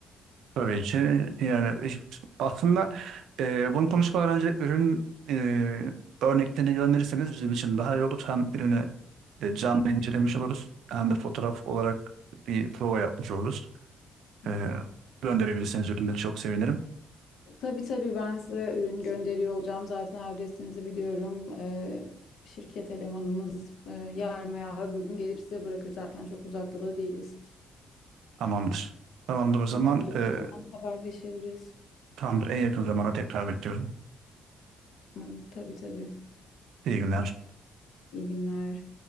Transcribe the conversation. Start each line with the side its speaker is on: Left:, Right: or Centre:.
Right: Tabii ki yani iş- aslında e, bunu konuşmadan önce ürün e, örneklerini gönderirseniz bizim için daha iyi olur. Hem ürünü e, canlı incelemiş oluruz hem de fotoğraf olarak bir prova yapmış oluruz.
Left: Hı
Right: E,
Left: hı.
Right: gönderebilirseniz ürünleri çok sevinirim.
Left: Tabii tabii ben size ürün gönderiyor olacağım. Zaten adresinizi biliyorum. Ee, şirket elemanımız e, yarın veya öbür gün gelip size bırakır. Zaten çok uzakta da değiliz.
Right: Tamamdır. Tamamdır o zaman
Left: Tamamdır
Right: e,
Left: o zaman haberleşiriz.
Right: tamamdır en yakın zamana tekrar bekliyorum.
Left: Hı, Tabii tabii.
Right: İyi günler.
Left: İyi günler.